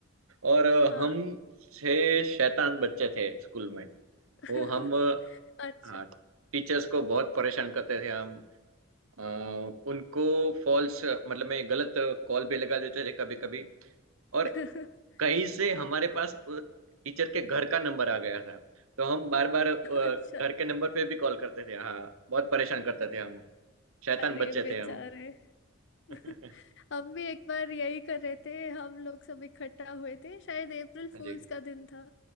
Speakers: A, on the right (about 80°); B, on the left (about 55°).
A: और अ,
B: हाँ
A: हम छह शैतान बच्चे थे स्कूल में
B: <laughs>
A: वो हम अ,
B: अच्छा
A: हाँ टीचर्स को बहुत परेशान करते थे हम अ, उनको फॉल्स मतलब में गलत कॉल पे लगा देते थे कभी कभी और
B: <laughs>
A: कहीं से हमारे पास टीचर के घर का नंबर आ गया था तो हम बार बार घर
B: अच्छा
A: के नंबर पे भी कॉल करते थे हाँ बहुत परेशान करते थे हम शैतान
B: अरे
A: बच्चे
B: बेचारे
A: थे हम <laughs>
B: <laughs> हम भी एक बार यही कर रहे थे हम लोग सब इकट्ठा हुए थे शायद अप्रैल फूल्स
A: जी
B: का दिन था